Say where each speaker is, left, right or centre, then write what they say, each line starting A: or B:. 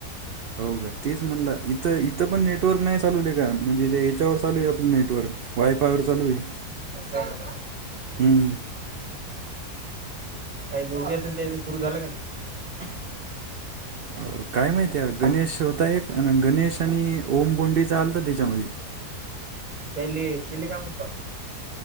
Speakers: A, on the right (about 90°); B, on the right (about 25°).
A: हो का तेच म्हणलं इथं इथं पण नेटवर्क नाही चालवले का? म्हणजे इथे याच्यावर चालू आहे आपलं नेटवर्क. वायफायवर चालू आहे.
B: <unintelligible>
A: हम्म.
B: काही योगी अजुन काही सुरू झालं का नाही. <inaudible>
A: अं, काय माहिती गणेश होता एक. आणि गणेश आणि ओमबोंडीचा आलता त्याच्यामध्ये.
B: त्याली केली का मग पहा.